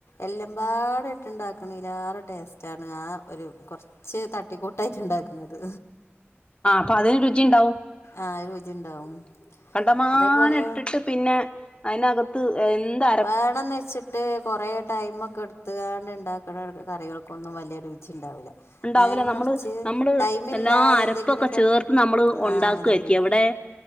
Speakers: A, on the left; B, on the left.
A: എല്ലാം ബാടെ ഇട്ടുണ്ടാക്കണേ ഇല്ലാറെ ടേസ്റ്റാണ് ആ ഒരു കൊറച്ച് ച്ചെ തട്ടിക്കൂട്ടായിട്ടൊണ്ടാക്കുന്നത്
B: ആ അപ്പൊഅതിന് രുചിയുണ്ടാവും
A: ആഹ് രുചിണ്ടാവും
B: കണ്ടമാനം
A: അതേപോലെ
B: ഇട്ടിട്ട് പിന്നെ അതിനകത്ത് എന്താ
A: വേണന്ന് വെച്ചിട്ട് കൊറെ ടൈമൊക്കെ എടു ടുത്തുകാണ്ട് ഉണ്ടാക്കുന്ന കറികൾക്കൊന്നും വലൃരുചിയുണ്ടാവില്ല
B: ഉണ്ടാവൂല
A: നേരെ
B: നമ്മള്
A: മറിച്ച്
B: നമ്മള്
A: ടൈമില്ലാതെ
B: എല്ലാ അരപ്പൊക്കെ
A: എന്തെങ്കിലുമൊക്കെ
B: ചേർത്ത് നമ്മള് ഉണ്ടാക്കുവായിരിക്കും
A: ആ അതന്നെ
B: എവിടെ